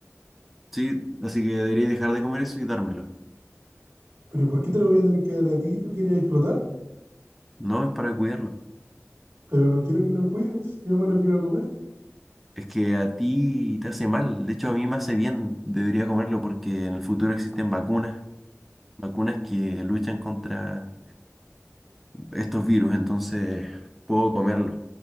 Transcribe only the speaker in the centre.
Sí, así que debería dejar de comer eso y dármelo.
No, es para cuidarlo.
Es que a ti te hace mal. De hecho, a mí me hace bien. Debería comerlo porque en el futuro existen vacunas, vacunas que luchan contra estos virus. Entonces, puedo comerlo.